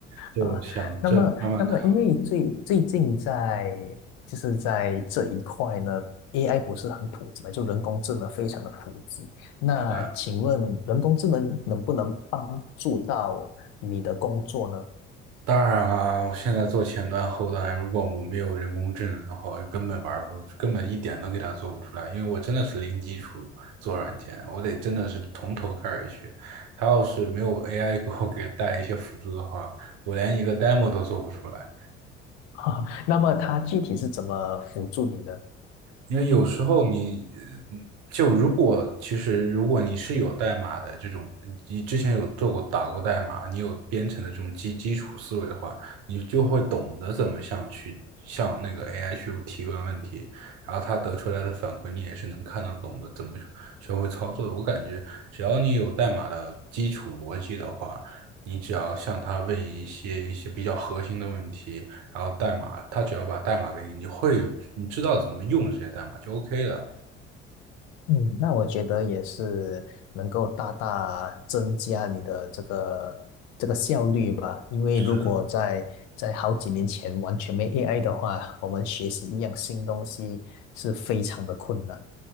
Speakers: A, on the right (about 60°); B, on the left (about 55°).
A: 就想这慢慢看吧。
B: 啊。那么，那么，因为最最近在就是在这一块呢，AI 不是很普及嘛，就人工智能非常的普及。那请问人工智能能不能帮助到你的工作呢？
A: 对啊当然啊，我现在做前端后端，如果我没有人工智能的话，我根本玩不，根本一点都给它做不出来，因为我真的是零基础做软件，我得真的是从头开始学。它要是没有 AI 给我给带一些辅助的话，我连一个 demo 都做不出来。
B: <laughs> 那么它具体是怎么辅助你的？
A: 因为有时候你，呃就如果其实如果你是有代码的这种，你之前有做过打过代码，你有编程的这种基基础思维的话，你就会懂得怎么向去向那个 AI 去提问问题，然后他得出来的反馈你也是能看得懂的，怎么学会操作的。我感觉只要你有代码的基础逻辑的话，你只要向他问一些一些比较核心的问题，然后代码他只要把代码给你，你会你知道怎么用这些代码就 OK 了。
B: 嗯，那我觉得也是能够大大增加你的这个这个效率吧，因为如果在在好几年前完全没
A: 是的，
B: AI 的话，我们学习一样新东西是非常的困难。